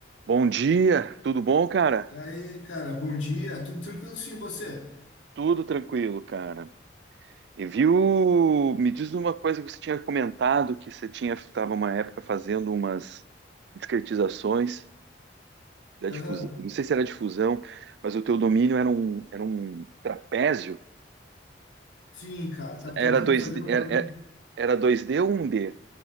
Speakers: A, on the right; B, on the left.
A: Bom dia, tudo bom, cara?
B: Daí, cara, bom dia, tudo tranquilo sim, você?
A: Tudo tranquilo, cara. E viu? Me diz uma coisa que você tinha comentado que você tinha estava uma época fazendo umas discretizações da
B: Aham,
A: difusão. Não sei se era difusão, mas o teu domínio era um era um trapézio.
B: Sim, cara, tava
A: Era
B: tentando
A: dois
B: fazer
A: d
B: um
A: era,
B: domínio
A: era era 2D ou um d